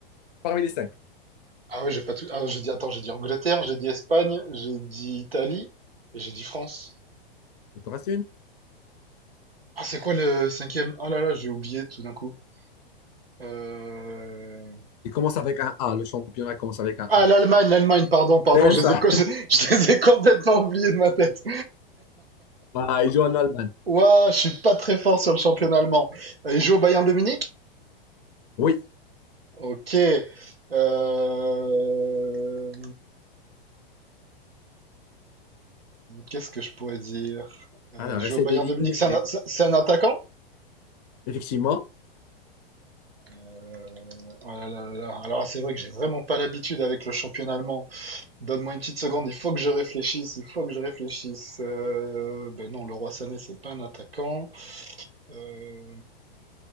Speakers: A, on the left; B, on the right.
A: parmi les cinq.
B: Ah ouais, j'ai pas tout... Ah, j'ai dit... Attends, j'ai dit Angleterre, j'ai dit Espagne, j'ai dit Italie, et j'ai dit France.
A: Il te reste une.
B: Ah, c'est quoi le cinquième? Oh là là, j'ai oublié tout d'un coup. Euh...
A: Il commence avec un A. Le championnat commence avec un
B: Ah,
A: A.
B: l'Allemagne, l'Allemagne, pardon, pardon,
A: C'est
B: je
A: ça.
B: les ai, co- <laughs> je les ai complètement oubliés de ma tête.
A: Ah, il joue en Allemagne.
B: Ouah, je suis pas très fort sur le championnat allemand. Euh, Il joue au Bayern de Munich?
A: Oui.
B: Ok. Euh, euh, Qu'est-ce que je pourrais dire? Euh,
A: Alors,
B: il joue
A: essaie
B: au Bayern
A: d'éliminer.
B: de Munich, c'est un, c'est- c'est un attaquant?
A: Effectivement.
B: Euh, oh là là là là. Alors là, c'est vrai que j'ai vraiment pas l'habitude avec le championnat allemand. Donne-moi une petite seconde, il faut que je réfléchisse, il faut que je réfléchisse. Euh, ben non, le Leroy Sané, c'est pas un attaquant. Euh,